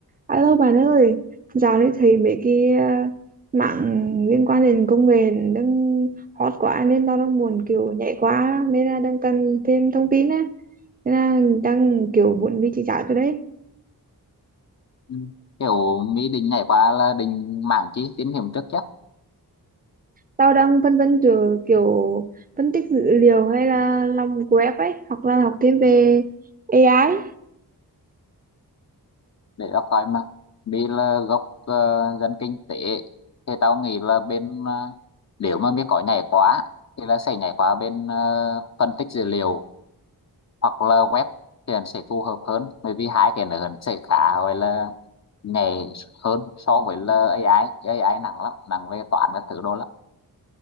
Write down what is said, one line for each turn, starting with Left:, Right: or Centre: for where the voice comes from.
Right: Alo bạn ơi, dạo này thấy mấy cái ờ, mạng liên quan đến công nghệ đang hot quá nên tao đang muốn kiểu nhảy quá nên là đang cần thêm thông tin á. Nên là đang kiểu muốn đi chỉ giáo cho đấy.
Left: Ừ. kiểu Mỹ định nhảy qua là định mảng chi tín hiểm trước chứ
Right: Tao đang phân vân giữa kiểu phân tích dữ liệu hay là làm web ấy, hoặc là học thêm về AI.
Left: để đọc coi mà vì là gốc ờ, dân kinh tế thì tao nghĩ là bên ờ, nếu mà Mỹ có nhảy quá thì là sẽ nhảy qua bên ờ, phân tích dữ liệu hoặc là web thì nó sẽ phù hợp hơn bởi vì hai cái nữa nó sẽ khá gọi là nhảy hơn so với là a i chứ a i nặng lắm nặng về toán các thứ đồ lắm